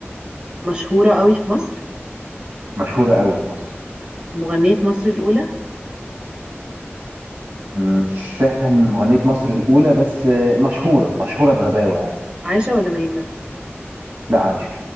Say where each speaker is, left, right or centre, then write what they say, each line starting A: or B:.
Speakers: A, on the right (about 25°); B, on the right (about 60°).
A: مشهوره قوي في مصر
B: مشهوره قوي في مصر
A: مغنيه مصر الاولى
B: مش فاهم مغنيه مصر الاولى بس آه، مشهوره مشهوره بغباوه يعني
A: عايشه ولا ميته
B: لا عايشه